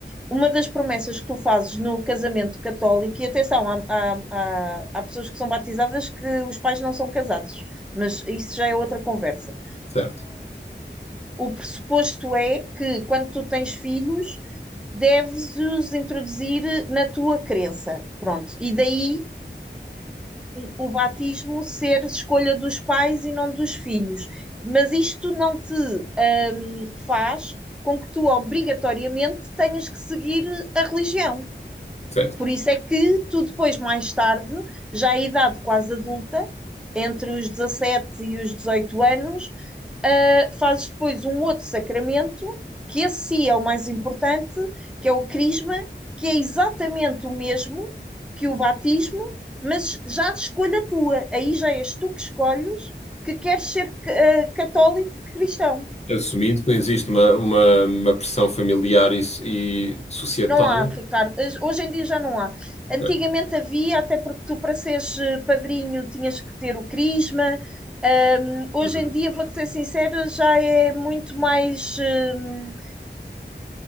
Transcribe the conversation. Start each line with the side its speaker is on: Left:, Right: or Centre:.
Centre: Uma das promessas que tu fazes no casamento católico, e atenção, há, há, há, há pessoas que são batizadas que os pais não são casados, mas isso já é outra conversa.
Left: certo.
Centre: O pressuposto é que quando tu tens filhos, deves os introduzir na tua crença. Pronto. E daí o batismo ser escolha dos pais e não dos filhos. Mas isto não te hum, faz com que tu obrigatoriamente tenhas que seguir a religião.
Left: Certo.
Centre: Por isso é que tu depois, mais tarde, já à idade quase adulta, entre os 17 e os 18 anos, Uh, fazes depois um outro sacramento, que esse sim é o mais importante, que é o crisma, que é exatamente o mesmo que o batismo, mas já a escolha tua. Aí já és tu que escolhes que queres ser uh, católico cristão.
Left: Assumindo que não existe uma, uma, uma pressão familiar e, e societal.
Centre: Não há, Ricardo. Hoje em dia já não há. Antigamente
Left: Certo.
Centre: havia, até porque tu, para seres uh, padrinho, tinhas que ter o crisma. Um, hoje
Left: Uhum.
Centre: em dia, vou-te ser sincera, já é muito mais. um,